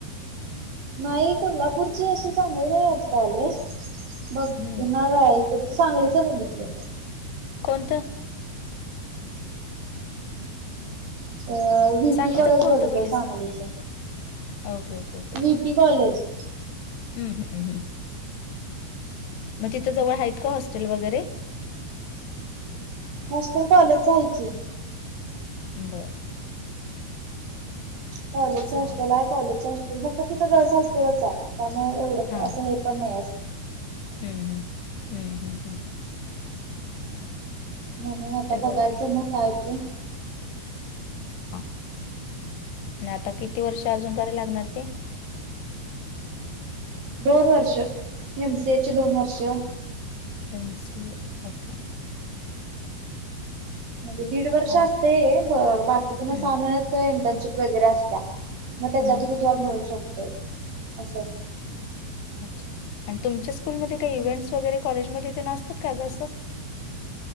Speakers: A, on the right (about 60°); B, on the left (about 80°).
A: नाही कोल्हापूरची अशी चांगली नाही आहेत कॉलेज. बघ
B: हम्म
A: णार इकड तर सांगलीच बघितलं.
B: कोणतं?
A: अ व्हीपी
B: सांगलीचं
A: कॉलेज
B: कोणतं
A: बघितलंय
B: पहिलीस?
A: सांगलीच.
B: ओके ओक ओे.
A: V P college.
B: हम्म हम् ह् मग तिथं जवळ आहेत का हॉस्टेल वगैरे?
A: मस्टर कॉलेज आहे की.
B: बरं बरं.
A: कॉलेजच
B: चालेल
A: हॉस्टेल आहे कॉलेजचं हॉस्टेल फक्त तिथं गर्ल हॉटेलच आहे त्यामुळं एवढं
B: हां
A: असं
B: हां
A: हे पण नायेस
B: हम्म हम्म हम्म हम्म हम्म.
A: म म्हणूनत आता
B: ते
A: बघायचं
B: बरं आहे
A: मग होतय.
B: हा आणि आता किती वर्ष अजून कराय लागणार ते?
A: दोन वर्ष एमसीएची दोन वर्ष.
B: M C A okay.
A: म्हणजे दीड वर्ष
B: चालेल.
A: असते हे ब बाकीच्या ना
B: हम्म
A: सामन्यात इंटर्नशिप वगैरे असत्या. मग त्याच्या
B: हम्म
A: थ्रू जॉब मिळू शकतोय असं असतं.
B: अच्छा आणि तुमच्या स्कूलमध्ये काही इव्हेंट्स वगैरे कॉलेजमध्ये ते नासतात का ग असं?